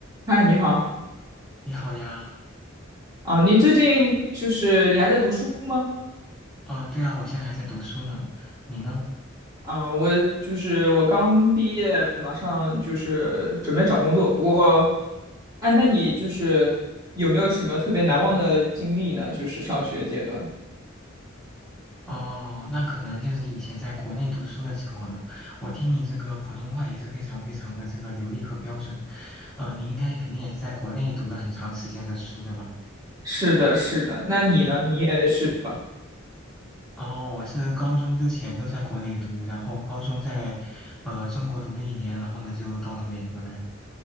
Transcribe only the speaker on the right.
嗨，你好
啊！你最近就是你还在读书吗？
啊，我就是我刚毕业，马上就是准备找工作。不过，哎，那你就是有没有什么特别难忘的经历呢？就是上学阶段。
是的，是的。那你呢？
你也是吧？